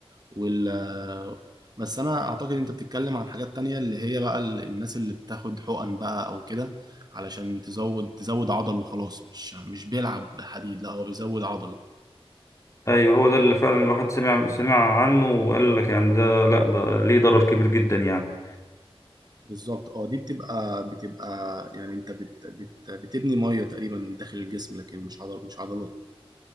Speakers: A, on the right (about 40°); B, on the left (about 30°).
A: وال آه، بس أنا أعتقد أنت بتتكلم عن حاجات تانية اللي هي بقى ال- الناس اللي بتاخد حقن بقى أو كده علشان تزود تزود عضل وخلاص مش مش بيلعب بحديد لا هو بيزود عضل
B: أيوة هو ده اللي فعلا الواحد سمع سمع عنه وقال لك يعني ده لأ ده ليه ضرر كبير جدا يعني
A: بالظبط اه دي بتبقى بتبقى يعني انت بت بت بتبني ميه تقريبا داخل الجسم لكن مش عضل مش عضلات